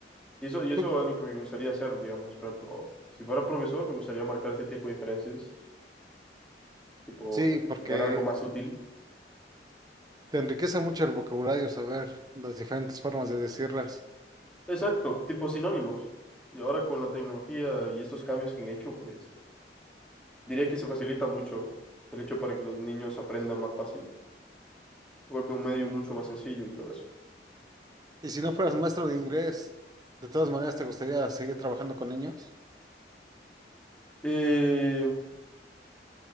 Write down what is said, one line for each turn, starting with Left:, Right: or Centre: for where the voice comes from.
Centre: Y eso, y eso
Right: Tú-
Centre: es lo que me gustaría hacer, digamos, por ejemplo, si fuera profesor, me gustaría marcar ese tipo de diferencias, tipo,
Right: Sí,
Centre: de
Right: porque
Centre: poner algo más útil.
Right: te enriquece mucho el vocabulario saber las diferentes formas de decirlas.
Centre: Exacto, tipo sinónimos. Y ahora con la tecnología y estos cambios que han hecho, pues diría que se facilita mucho el hecho para que los niños aprendan más fácil. Se vuelve un medio mucho más sencillo y todo eso.
Right: Y si no fueras maestro de inglés, de todas maneras, ¿te gustaría seguir trabajando con niños?
Centre: Eh,